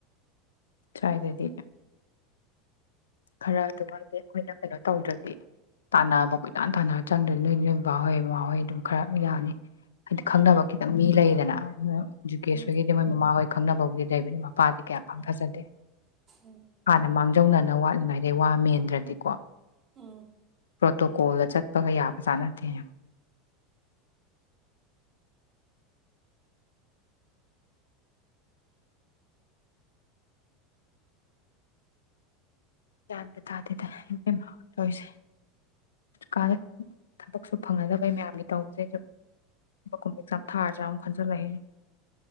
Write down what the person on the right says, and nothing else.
ꯎꯝ
ꯎꯝ
ꯎꯝ
ꯎꯝ
ꯎꯝ